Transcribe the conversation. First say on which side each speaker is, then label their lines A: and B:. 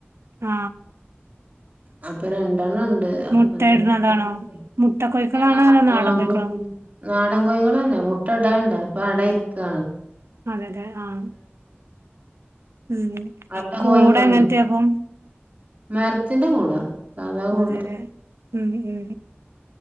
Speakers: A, on the right (about 80°); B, on the right (about 40°).
A: ആ
B: അപ്പറം <unintelligible> പണ്ട് അപ്പൊ
A: മുട്ട
B: <unintelligible>
A: ഇടുന്നതാണോ മുട്ട കോഴിക്കളാണോ അതോ നാടൻ കോഴിക്കളോ
B: നാടൻ കോഴികള തല്ലെ മുട്ട ഇടണ്ട അപ്പൊ അടരിക്കണ്
A: അത അതെ ആഹ ഉം
B: അവിടെ
A: കൂടെങ്ങനത്തെയപ്പം
B: കോഴിയൊക്കെ ഉണ്ടോ മരത്തിന്റെ കൂടാ സാധാ കൂട
A: അതെല്ലേ ഉം ഉം